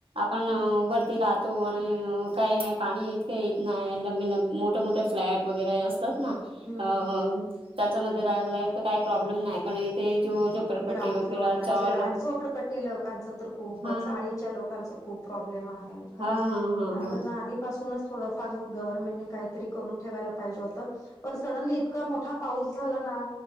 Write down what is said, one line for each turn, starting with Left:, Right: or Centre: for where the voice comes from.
Right: पण उ वरती राहतो आणि काही नाही पाणी येत. इत नाही लंबी लंब मोठ मोठे फ्लॅट वगैरे असतात ना
Left: हम्म
Right: अ.
Left: हम्म
Right: त्याच्यामध्ये राहायला लाईफ काही प्रॉब्लेम नाही. पण ते जो झोपरपट्टी
Left: ग्राउंड
Right: वगैरे
Left: फ्लोअरला
Right: चॉल
Left: जे झोपडपट्टी लोकांच तर खूप.
Right: हा
Left: चाळीच्या लोकांच खूप प्रॉब्लेम आहे खरंच
Right: हा हा हा
Left: त्यावर
Right: हा
Left: ना आधीपासूनच. थोडं फार गव्हर्मेंटने काहीतरी करून ठेवायला पाहिजे होतं पण सडनली. इका मोठा पाऊस झाला ना